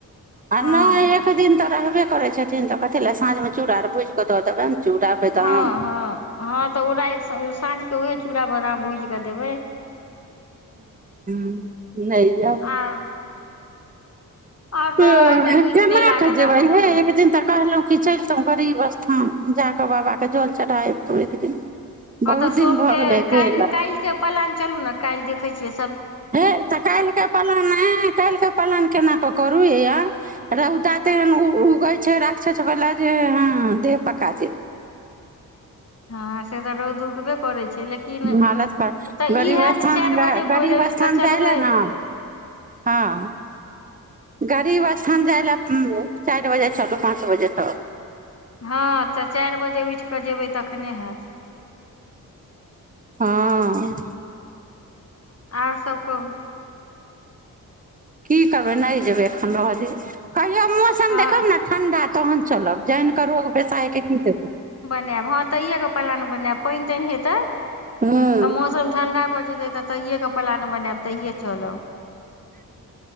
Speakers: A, on the right; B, on the left.
A: आ
B: हँ
A: नहि एक दिन तऽ रहबे करै छथिन तऽ कथि लए साँझ मे चूड़ आर भुज कऽ दऽ देबनि चूड़ा बदाम
B: हँ हँ हँ तऽ उरा सझ चूरा बदाम भुज कऽ देबै
A: ह नहि जाउ
B: आर आओर तऽ
A: ओ
B: आइ तऽ नीक
A: केना
B: नहि लागत
A: एक जे
B: अहाँके
A: भइ हे एक दिन त कहलहु कि चलितहुँ गरीब स्थान जाकऽ बाबाके जल चढ़ाबितहुँ एक दिन बहुत
B: हँ तऽ
A: दिन
B: सोम
A: भऽ
B: के
A: गेलै गेल
B: काल्हि काल्हि के पलान चलू ने काल्हि द खै छिय
A: हे तऽ काल्हिके पलान ह काल्हिके पालन केना कऽ करू हे आ रौदा ते एहन उगै छै राक्षस बला जे ह देह पका देत
B: हँ से तऽ रौद उगबे करै छै लेकिन
A: हालतप
B: तऽ
A: गरीब
B: ई हैत
A: स्थान
B: चारि
A: ग
B: बजे
A: गरीब
B: भोरे उठि
A: स्थान
B: कऽ चलबै
A: जा अयलए ने हँ गरीब स्थान जाय लए चारि बजे चलू पाँच बजे तब
B: हँ तऽ चारि बजे उठि कऽ जयबै तखने हैत
A: हँ
B: आओर सभ कहु
A: की करबै नहि जेबै एखन रहऽ द कहियौ मौसम
B: हँ
A: देखब ने ठण्डा तहन चलब जन करहो पैसा हेके की करब
B: ब हँ तैय प्लान बनाएब पानि तानि हेतै
A: हूँ
B: तऽ मौसम ठंडा ब त प्लान बनाब तहिये चलब